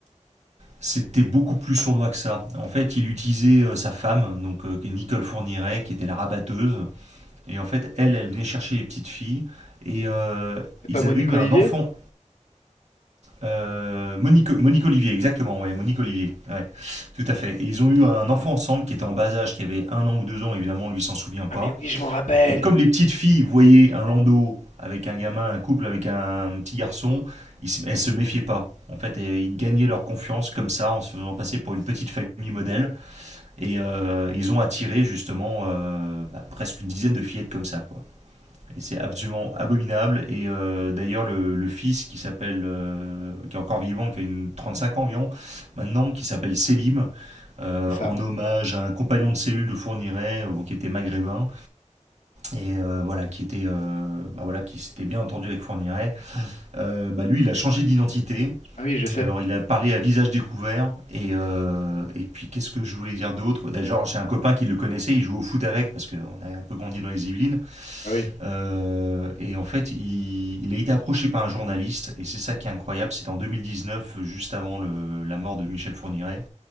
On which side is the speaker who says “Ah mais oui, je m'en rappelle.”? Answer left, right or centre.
Left